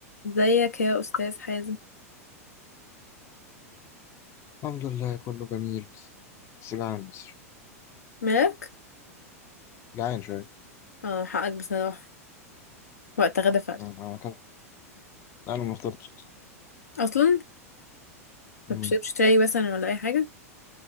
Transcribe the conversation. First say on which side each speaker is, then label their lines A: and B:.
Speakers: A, on the left (about 80°); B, on the left (about 35°).
A: ازيك يا استاذ حازم
B: الحمد لله كله جميل بس جعان بس
A: مالك
B: جعان شوية
A: اه حقك بصراحه وقت غدا فعلا
B: أمم، أنا ما كنت أنا ما فطرتش أصلا
A: اصلا ما
B: أمم،
A: بتشربش شاي مثلا ولا اي حاجه